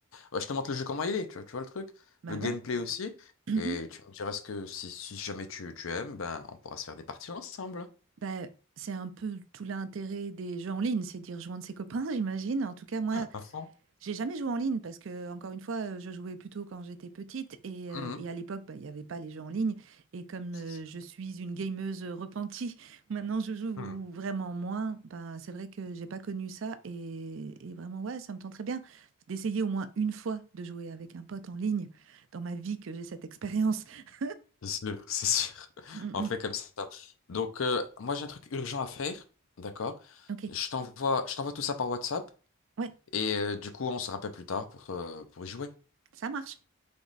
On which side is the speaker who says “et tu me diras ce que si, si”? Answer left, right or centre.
Left